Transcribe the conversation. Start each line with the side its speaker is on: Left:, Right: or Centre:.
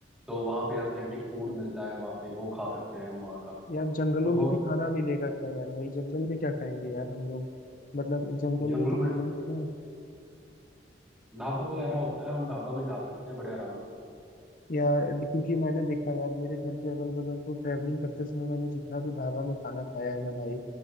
Centre: तो वहाँ पे ऑथेंटिक फूड मिलता है वहाँ पे वो खा सकते हैं हम वहाँ का
Left: यार जंगलों
Centre: तो बहुत
Left: में भी खाना मिलेगा क्या यार भाई जंगल में क्या खाएंगे यार हम लोग मतलब जंगल
Centre: जंगलों
Left: में तो घूमेंगे
Centre: में
Left: ना
Centre: ढाबा वगैरह होता है हम ढाबा में जा सकते हैं बड़े आराम से
Left: यार क्योंकि मैंने देखा यार मेरे घर के अगल बगल तो ट्रैवलिंग करते समय मैंने जितना भी ढाबा में खाना खाया है ना भाई